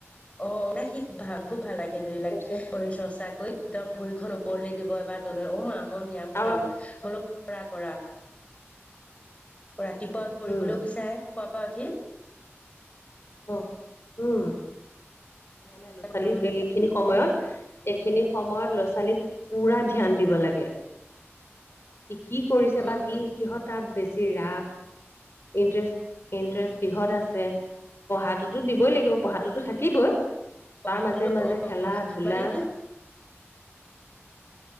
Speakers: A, on the left; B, on the left.
A: আহ মানে সি খুব ভাল খুব ভাল লাগে কিন্তু <unintelligible>
B: তাৰপিছত
A: একদম ভৰি খন ওপৰলৈ দিব এবাৰ তললৈ, অ' মা মই ব্যায়াম
B: আৰু
A: কৰিম। বোলো, কৰা কৰা। ৰাতিপুৱা কৰিবলও
B: উম
A: বিচাৰে, শুৱা পৰা উঠি।
B: উম, নাই নাই ল'ৰা-ছোৱালী
A: কৰিবলৈ
B: এইখিনি সময়ত খিনি সময়ত লৰা-ছোৱালীক পুৰা ধ্যান দিব লাগে। সি কি কৰিছে?
A: উম
B: বা কি কিহত তাৰ বেছি ৰাপ ইণ্টাৰেষ্ট-ইণ্টাৰেষ্ট, কিহত আছে পঢ়াটোতো দিবই লাগিব, পঢ়াটোতো থাকিবই।
A: পঢ়াটোতো
B: তাৰ মাজে মাজে
A: অ'
B: খেলা ধূলা
A: মানে কি <inaudible>